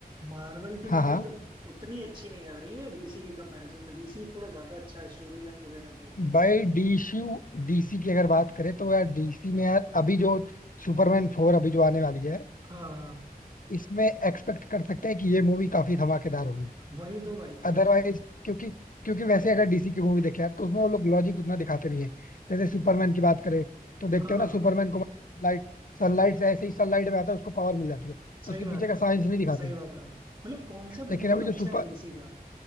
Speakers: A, on the right (about 30°); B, on the left (about 60°).
A: मार्वल की
B: हाँ
A: मूवीज
B: हाँ
A: अब उतनी अच्छी नहीं आ रही है डीसी के कंपैरिजन में डीसी थोड़ा ज्यादा अच्छा स्टोरी लाइन वगैरह दे रहा है
B: By DC डीसी की अगर बात करें तो यार डीसी में यार अभी जो सुपरमैन फोर अभी जो आने वाली है
A: हाँ
B: इसमें एक्सपेक्ट कर सकते हैं कि ये मूवी काफी धमाकेदार होगी
A: वही तो भाई
B: अदरवाइज क्योंकि क्योंकि वैसे अगर डीसी की मूवी देखे यार तो उसमें वो लोग लॉजिक उतना दिखाते नहीं है जैसे सुपरमैन की बात करें तो देखते
A: हाँ
B: हो ना सुपरमैन को सनलाइट सनलाइट से ऐसे ही सनलाइट में आता है उसको पावर मिल जाती है
A: सही
B: उसके
A: बात
B: पीछे का
A: है
B: साइंस नहीं दिखाते
A: सही
B: हैं
A: बात है भाई मतलब कॉन्सेप्ट
B: लेकिन
A: बहुत
B: अभी
A: अच्छा
B: जो सुपर
A: है डीसी का